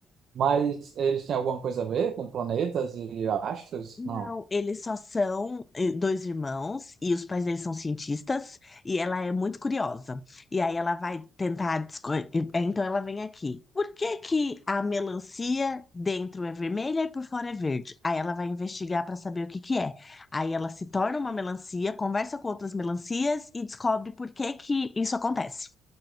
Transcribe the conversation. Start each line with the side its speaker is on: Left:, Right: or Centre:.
Right: Mas eles têm alguma coisa a ver com planetas e astros?
Left: Não,
Right: Não.
Left: eles só são eh, dois irmãos, e os pais deles são cientistas, e ela é muito curiosa. E aí ela vai tentar. desco- eh, Então ela vem aqui. Por que que a melancia dentro é vermelha e por fora é verde? Aí ela vai investigar para saber o que que é. Aí ela se torna uma melancia, conversa com outras melancias e descobre por que que isso acontece.